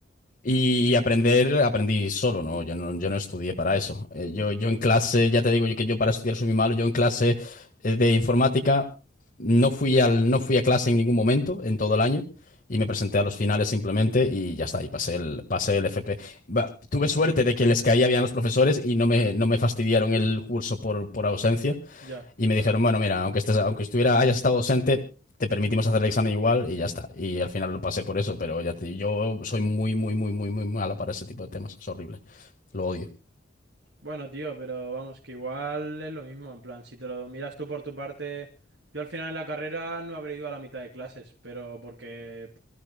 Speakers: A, on the left (about 45°); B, on the right (about 70°).
A: Y aprender, aprendí solo, ¿no? Yo no, yo no estudié para eso. Eh, yo, yo en clase, ya te digo yo que yo para estudiar soy muy malo, yo en clase eh, de informática no fui al, no fui a clase en ningún momento en todo el año y me presenté a los finales simplemente y ya está, y pasé el, pasé el FP. Va, tuve suerte de que les caía bien a los profesores y no me, no me fastidiaron el curso por, por ausencia,
B: ya.
A: y me dijeron, bueno, mira, aunque estés, aunque estuviera, hayas estado ausente, te permitimos hacer el examen igual y ya está. Y al final lo pasé por eso, pero ya te, yo soy muy, muy, muy, muy, muy mala para ese tipo de temas. Es horrible. Lo odio.
B: Bueno, tío, pero vamos, que igual es lo mismo, en plan, si te lo miras tú por tu parte, yo al final en la carrera no habré ido a la mitad de clases, pero porque